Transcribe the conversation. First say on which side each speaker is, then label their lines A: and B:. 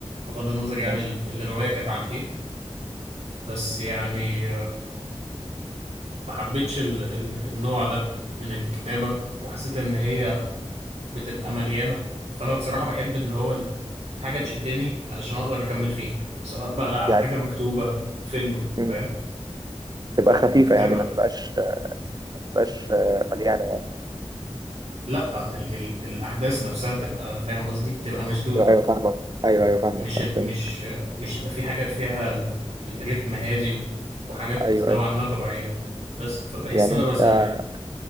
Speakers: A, on the right; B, on the right.
A: بغض النظر يعني
B: ماشي
A: ال- الرواية كانت عن إيه بس يعني ما حبيتش ال- ال- النوع ده من الكتابة وحسيت إن هي بتبقى مليانة فأنا بصراحة بحب إن هو ال- الحاجة تشدني علشان أقدر أكمل فيها سواء بقى
B: يعني
A: حاجة مكتوبة فيلم
B: مم.
A: فاهم
B: تبقى
A: فالكتابة
B: خفيفة يعني ما تبقاش ما تبقاش آه، مليانة يعني
A: لأ ال ال الأحداث نفسها تبقى فاهم قصدي تبقى مشدودة
B: ايوه أيوة، فاهمك ايوه ايوه فاهمك
A: مش
B: فاهم
A: مش
B: فهمتك
A: مش يبقى في حاجات فيها ال- الريتم هادي و- وحاجات
B: ايوه
A: نوعا
B: ايوه
A: ما طبيعية بس فبحس
B: يعني
A: إن أنا
B: انت
A: بزهق
B: آه،
A: يعني